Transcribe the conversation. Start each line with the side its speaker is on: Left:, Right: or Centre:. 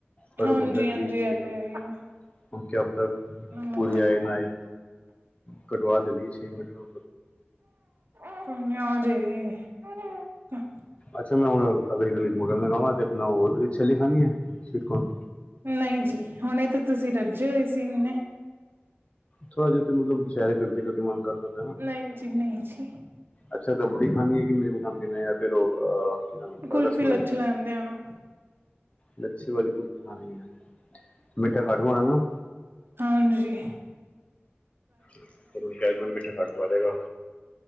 Left: ਫ਼ਰਕ
Right: ਹਾਂਜੀ-ਹਾਂਜੀ
Left: ਹੁੰਦਾ ਖਰੀ
Right: ਇਹ
Left: ਦੋ
Right: ਤੇ
Left: ਜ
Right: ਹੈ ਹੀ
Left: ਹੁਣ ਕਿਆ ਪਤਾ,
Right: ਹੈ
Left: ਪੂਰੀ ਆਏ ਨਾ ਆਏ, ਕਟਵਾ ਤੇ ਲਈ ਛੇ ਮੀਟਰ। <inaudible>
Right: ਕੋਈ ਨਾ, ਆ ਜਾਏਗੀ ਹ
Left: ਅੱਛਾ ਮੈਂ ਹੁਣ ਅਗਲੀ ਗਲੀ ਮੋੜਨ ਲਗਾ ਵਾ ਤੇ ਅਪਣਾ ਓ ਛੱਲੀ ਖਾਨੀ ਐ? ਸਵੀਟਕੋਰਨ
Right: ਨਹੀਂ ਜੀ ਹੁਣੇ ਤੇ ਤੁਸੀਂ ਰੱਜੇ ਹੋਏ ਸੀ ਇਨੇ।
Left: ਥੋੜ੍ਹਾ ਜਿਹਾ ਤੇ ਮਤਲਬ ਸੈਰ ਕਰਦੇ ਕਰਦੇ ਮਨ ਕਰਦਾ।
Right: ਨਹੀਂ ਜੀ ਨਹੀਂ ਜੀ।
Left: ਅੱਛਾ ਰਬੜੀ ਖਾਣੀ ਏ ਕਿ ਮੇ ਓ ਬਣਾਉਣ ਦੇ ਪਏ ਯਾਰ ਫਿਰ ਓ ਅਅ ਕੀ ਨਂ
Right: ਕੁਲਫੀ
Left: ਰਸ ਮਲਾਈ?
Right: ਲੱਛੇ ਲੈਂਦੇ ਆ ਨਾ
Left: ਲੱਛੇ ਵਾਲੀ ਕੁਫੀ ਖਾਣੀ ਆ ਮਿੱਠਾ ਘੱਟ ਪਾਉਣਾ ਨਾ?
Right: ਹਾਂ ਜੀ
Left: ਊਹਨੂੰ ਕਹਿ ਦਾ ਮਿੱਠਾ ਘੱਟ ਪਾ ਦੇਗਾ।